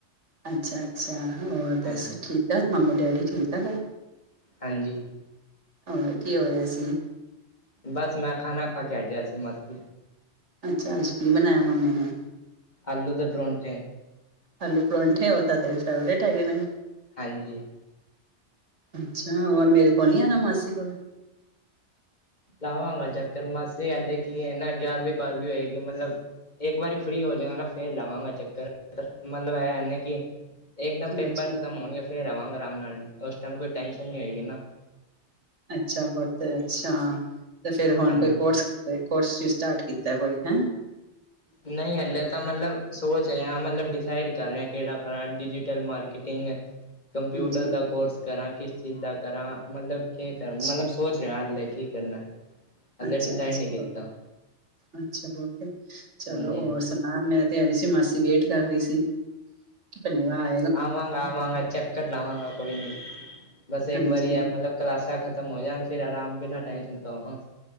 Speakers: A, on the right (about 85°); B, on the left (about 40°).
A: ਅੱਛਾ-ਅੱਛਾ ਹੋਰ
B: ਹਾਂਜੀ
A: ਬਸ ਠੀਕ-ਠਾਕ ਮੰਮੀ-ਡੈਡੀ ਠੀਕ-ਠਾਕ ਐ।
B: ਹਾਂਜੀ।
A: ਹੋਰ ਕੀ ਹੋ ਰਿਆ ਸੀ?
B: ਬਸ ਮੈਂ ਖਾਣਾ ਖਾ ਕੇ ਆ ਗਿਆ ਸੀ ਮਸਤ
A: ਅੱਛਾ ਅੱਜ ਕੀ ਬਣਾਯਾ ਮੰਮੀ ਨੇ
B: ਆਲੂ ਦੇ ਪਰੌਂਠੇ।
A: ਆਲੂ ਪਰੌਂਠੇ ਉਹ ਤਾਂ ਤੇਰੇ ਫੇਵਰੇਟ ਹੈਗੇ ਨੇ।
B: ਹਾਂਜੀ।
A: ਅੱਛਾ, ਹੋਰ ਮੇਰੇ ਕੋਲ ਨੀ ਆਉਣਾ ਮਾਸੀ ਕੋਲ।
B: ਲਾਵਾਂਗਾ ਚੱਕਰ ਮਾਸੀ ਹਲੇ ਕੀ ਹੈ ਨਾ ਗਿਆਰਵੀਂ- ਬਾਰਵੀਂ ਹੋਏਗੀ ਮਤਲਬ ਇੱਕ ਵਾਰੀ ਫ੍ਰਰੀ ਹੋ ਜਾਏਗਾ ਨਾ ਫੇਰ ਲਾਵਾਂਗਾ ਚੱਕਰ। ਮਤਲਬ ਇਹੇ ਕਿ ਇੱਕਦਮ
A: ਹਾਂਜੀ
B: ਪੇਪਰ ਖ਼ਤਮ ਹੋਣਗੇ ਫੇਰ ਆਵਾਂਗੇ ਆਰਾਮ ਨਾਲ, ਉਸ ਟਾਈਮ ਕੋਈ ਟੈਨਸ਼ਨ ਨਹੀਂੀ ਹੋਏਗੀ ਨਾ।
A: ਅੱਛਾ ਪੁਤ ਅੱਛਾ ਤੇ ਫੇਰ ਹੁਣ
B: ਹਾਂਜੀ
A: ਕੋਈ ਕੋਰਸ ਤੇ ਕੋਰਸ ਵੀ ਸਟਾਰਟ ਕੀਤਾ ਕੋਈ ਹੈ।
B: ਨਹੀਂ ਹਲੇ। ਮਤਬ ਸੋਚ ਰਿਹਾ, ਮਤਲਬ ਡੀਸੀਡ ਕਰ ਰਿਹਾ ਕਿਹੜਾ ਕਰ ਡਿਟਲ ਮਾਰਕੀਟਿੰਗ ਕੰਪਿਊਟਰ
A: ਹਾਂਜੀ
B: ਦਾ ਕੋਰਸ ਕਰਾਂ, ਕਿਸ ਚੀਜ਼ ਦਾ ਕਰਾਂ, ਮਤਲਬ ਕੀ ਕਰਾਂ ਮਤਲਬ
A: ਅੱਛਾ
B: ਸੋਚ ਦ ਹਾਲੇ ਕੀ ਕਰਨਾ। ਹਾਲੇ
A: ਅੱਛਾ
B: ਡਿਸਾਈਡ
A: ਅੱਛਾ
B: ਨਹੀਂ ਕੀਤਾ।
A: ਅੱਛਾ। ਬਹੁ ਚਲੋ
B: ਹਾਂਜੀ
A: ਹੋਰ ਹਾਂ ਮੈਂ ਤੇ ਆਹੀ ਸੀ ਮਾਸੀ ਵੇਟ ਕਰ ਰਹੀ ਸੀ। ਧੰਨਿਆਵਾਦ।
B: ਆਵਾਂਗਾ- ਆਵਾਂਗਾ ਚੱਕਰ ਲਾਵਾਂਗਾ ਕੋਈ ਨੀ, ਬਸ
A: ਹਾਂਜੀ
B: ਇੱਕ ਵਾਰੀ ਹੈ ਮਤਲਬ ਕਲਾਸਾਂ ਖਤਮ ਹੋ ਜਾਣ ਫਿਰ ਆਰਾਮ ਬਿਨਾਂ ਟੈਂਨਸ਼ਨ ਤੋਂ ਹਾਂ।